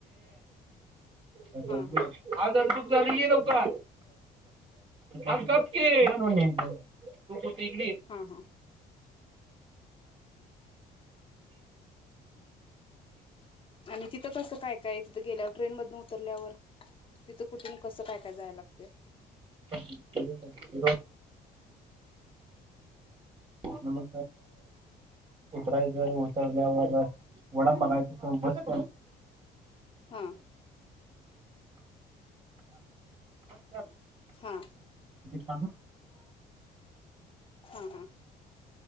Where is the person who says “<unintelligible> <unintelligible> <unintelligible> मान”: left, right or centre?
Right